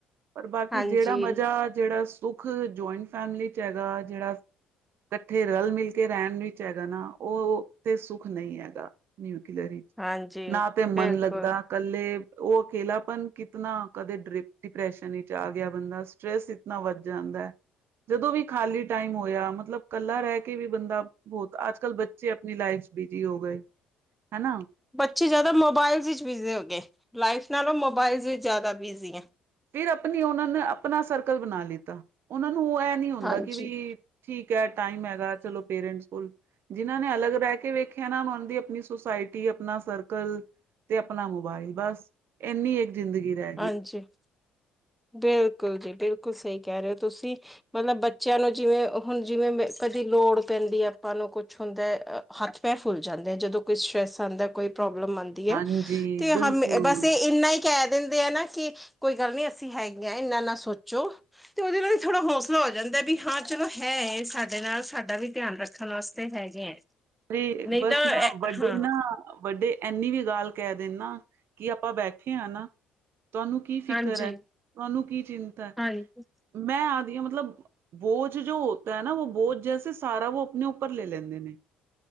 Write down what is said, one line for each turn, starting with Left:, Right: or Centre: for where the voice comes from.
Right: ਪਰ ਬਾਕੀ
Centre: ਹਾਂਜੀ
Right: ਜਿਹੜਾ ਮਜ਼ਾ ਜਿਹੜਾ ਸੁੱਖ ਜੁਆਇੰਟ ਫੈਮਲੀ ਚ ਹੈਗਾ ਜਿਹੜਾ ਇਕੱਠੇ ਰਲ ਮਿਲ ਕੇ ਰਹਿਣ ਵਿੱਚ ਹੈਗਾ ਨਾ ਉਹ ਤੇ ਸੁੱਖ ਨਹੀਂ ਹੈਗਾ ਨਿਊਕਲੀਅਰ ਵਿੱਚ
Centre: ਹਾਂਜੀ
Right: ਨਾ ਤੇ ਮਨ
Centre: ਬਿਲਕੁਲ
Right: ਲੱਗਦਾ, ਇਕੱਲੇ ਉਹ ਅਕੇਲਾਪਨ ਕਿਤਨਾ ਕਦੇ ਡਿ ਡਿਪਰੈਸ਼ਨ ਵਿਚ ਆ ਗਿਆ ਬੰਦਾ ਸਟਰ੍ਰੈਸ ਇਤਨਾ ਵੱਧ ਜਾਂਦਾ ਹੈ ਜਦੋਂ ਵੀ ਖਾਲੀ ਟਾਈਮ ਹੋਇਆ ਮਤਲਬ ਇਕੱਲਾ ਰਹਿ ਕੇ ਵੀ ਬੰਦਾ ਬਹੁਤ ਆਜ ਕੱਲ ਬੱਚੇ ਆਪਣੀ ਲਾਈਫ ਚ ਬਿਜੀ ਹੋ ਗਏ ਨੇ ਹੈਣਾ।
Centre: ਬੱਚੇ ਜ਼ਿਆਦਾ ਮੋਬਾਇਲਸ ਵਿੱਚ ਬਿਜ਼ੀ ਹੋ ਗਏ ਲਾਈਫ ਨਾਲੋਂ ਮੋਬਾਇਲ ਵਿੱਚ ਜ਼ਿਆਦਾ ਬਿਜ਼ੀ ਹੈ।
Right: ਫੇਰ ਆਪਣੀ ਉਹਨਾਂ ਨੇ ਆਪਣਾ ਸਰਕਲ ਬਣਾ ਲਿੱਤਾ ਉਹਨਾਂ ਨੂੰ ਐਹ ਨੀ ਹੁੰਦਾ
Centre: ਹਾਂਜੀ।
Right: ਕਿ ਬਈ, ਠੀਕ ਹੈ ਟਾਈਮ ਹੈਗਾ ਚਲੋ ਪੇਰੈਂਟਸ ਕੋਲ। ਜਿਨਾਂ ਨੇ ਅਲੱਗ ਬਹਿ ਕੇ ਵੇਖਿਆ ਨਾ ਉਹਨਾਂ ਦੀ ਆਪਣੀ ਸੁਸਾਇਟੀ ਆਪਣਾ ਸਰਕਲ, ਤੇ ਆਪਣਾ ਮੋਬਾਈਲ ਬਸ ਇੰਨੀ ਇੱਕ ਜ਼ਿੰਦਗੀ ਦਾ
Centre: ਹਾਂਜੀ ਬਿਲਕੁਲ ਜੀ ਬਿਲਕੁਲ ਸਹੀ ਕਹਿ ਰਹੇ ਹੋ ਤੁਸੀਂ ਮਤਲਬ ਬੱਚਿਆਂ ਨੂੰ ਜਿਵੇਂ ਹੁਣ ਜਿਵੇਂ ਕਦੀ ਲੋੜ ਪੈਂਦੀ ਆਪਾਂ ਨੂੰ ਕੁੱਛ ਹੁੰਦਾ ਹੱਥ ਪੈ ਫੁੱਲ ਜਾਂਦੇ ਆ ਜਦੋਂ ਕੋਈ ਸਟਰੈੱਸ ਆਉਦਾ ਕੋਈ ਪ੍ਰੋਬਲਮ ਆਉਂ
Right: ਹਾਂਜੀ
Centre: ਤੇ
Right: ਬਿਲਕੁਲ
Centre: ਹਮ ਬਸ ਇਹ ਇੰਨਾ ਹੀ ਕਹਿ ਦਿੰਦੇ ਆ ਨਾ ਕਿ ਕੋਈ ਕਵੇ ਅਸੀਂ ਹੈਗੇ ਹ ਇਨਾ ਨਾ ਸੋਚੋ ਤੇ ਉਹਦੇ ਨਾਲ ਵੀ ਥੋੜਾ ਹੌਸਲਾ ਹੋ ਜਾਂਦਾ ਵੀ ਹਾਂ ਚਲੋ ਹੈ ਸਾਡੇ ਨਾਲ ਸਾਡਾ ਵੀ ਧਿਆਨ ਰੱਖ ਰਖਣ ਵਾਸਤੇ ਹੈਗੇ ਹੈ
Right: ਅ
Centre: ਨਹੀਂ
Right: ਬੱਸ
Centre: ਤਾਂ
Right: ਨਾ ਵਡੇ
Centre: ਹਾਂ
Right: ਨਾ ਵੱਡੇ ਇੰਨੀ ਵੀ ਗੱਲ ਕਹਿ ਦਿੰਨ ਨਾ ਕਿ ਆਪਾਂ ਬੈਠੇ ਹਾਂ ਨਾ ਤੁਹਾਨੂੰ ਕੀ ਫਿਕਰ
Centre: ਹਾਂਜੀ
Right: ਹੈ ਤੁਹਾਨੂੰ ਕੀ ਚਿੰਤਾ ਹੈ
Centre: ਹਾਂਜੀ,
Right: ਮੈਂ ਆਦੀ ਹਾਂ ਮਤਲਬ ਬੋਝ ਜੋ ਹੋਤਾ ਹੈ ਨਾ ਉਹ ਬੋਝ ਜੈਸੇ ਸਾਰਾ ਵ ਆਪਣੇ ਉੱਪਰ ਲੈ ਲੈਂਦੇ ਨੇ